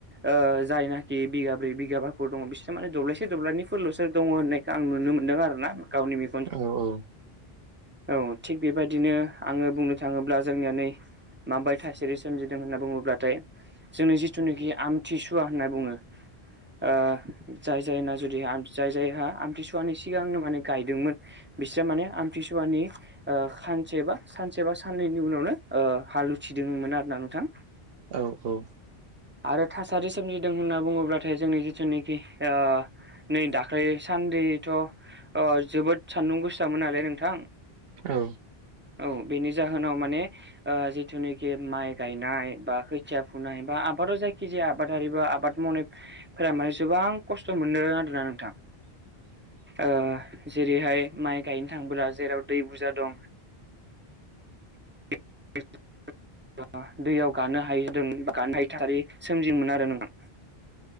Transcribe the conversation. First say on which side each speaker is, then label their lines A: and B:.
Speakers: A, on the right; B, on the right.
A: ओ जायनाखि बिगाब्रै बिगाबाफोर दङ बिसोरना माने दब्लायसे दब्लायनिफोरल'सो दङ होननायखौ आं नुनो मोनदों आरो ना गावनि बि
B: औ औ
A: औ थिग बेबायदिनो आङो बुंनो थाङोब्ला जोंनिया नै माबाय थासारि सोमजिदों होनना बुङोब्लाथाय जोंनि जिथुनोखि आमथिसुवा होनना बुङो ओ जाय जायना जुदि जाय जायहा आमथिसुवानि सिगांनो माने गायदोंमोन बिस्रा माने आमथिसुवानि ओ सानसे बा सानसे बा साननैनि उनावनो ओ हाल उथिदोंमोन आरोना नोंथां
B: औ औ
A: आरो थासारि सोमजिदों होनना बुङोब्लाथाय जोंनि जिथुनोखि ओ नै दाख्लै सान्देथ' ओ जोबोद सान्दुं गोसामोन नालाय नोंथां
B: औ
A: औ बेनि जाहोनाव माने ओ जिथुनोखि माइ गायनाय बा खोथिया फुनाय बा आ आबादाव जायखिजाया आबादारि बा आबाद मावनायफोरा माने जेबां खस्थ' मोनो <unintelligible> नोंथां ओ जेरैहाय माइ गायनो थांबोला जेराव दै बुरजा दं <unintelligible> दैयाव गानो हायि <unintelligible> हायि थासारि सोमजिमोन आरो नोंथां